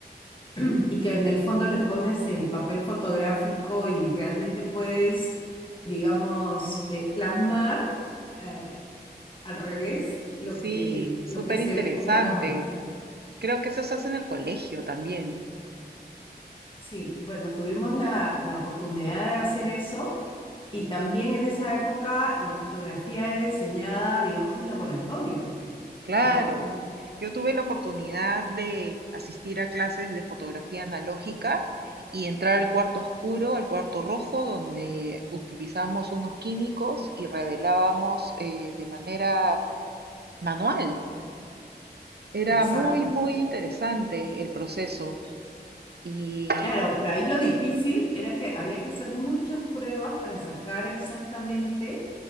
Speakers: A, on the left; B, on the right.
A: <clears throat> y que en
B: Que-
A: el fondo le pones el papel fotográfico y realmente puedes, digamos, eh, plasmar eh, al revés lo
B: Sí,
A: que,
B: súper
A: lo que se
B: interesante.
A: ve por la cámara.
B: Creo que eso se hace en el colegio también.
A: Sí, bueno, tuvimos la, la oportunidad de hacer eso. Y también en esa época la fotografía era enseñada, digamos, en laboratorios,
B: Claro.
A: ¿no?
B: Yo tuve la oportunidad de asistir a clases de fotografía analógica y entrar al cuarto oscuro, al cuarto rojo, donde utilizamos unos químicos y revelábamos eh, de manera manual. Era
A: Exacto.
B: muy, muy interesante el proceso y
A: Claro, pero ahí lo difícil era que había que hacer muchas pruebas para sacar exactamente,